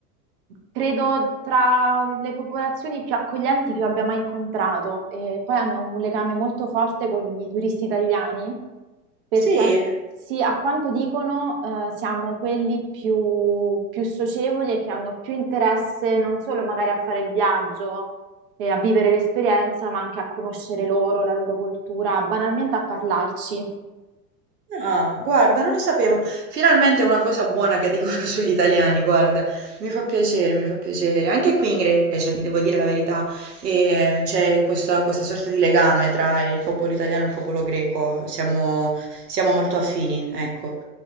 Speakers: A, on the right; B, on the right.
A: Credo tra le popolazioni più accoglienti che io abbia mai incontrato e poi hanno un legame molto forte con i turisti italiani perché
B: Sì.
A: sì, a quanto dicono eh, siamo quelli più, più socievoli e che hanno più interesse non solo magari a fare il viaggio e a vivere l'esperienza, ma anche a conoscere loro, la loro cultura, banalmente a parlarci.
B: Ah, guarda, non lo sapevo. Finalmente una cosa buona che dicono <laughs> sugli italiani, guarda. Mi fa piacere, mi fa piacere. Anche qui in Grecia, ti devo dire la verità, eh, c'è questa, questa sorta di legame tra il popolo italiano e il popolo greco. Siamo, siamo molto affini, ecco.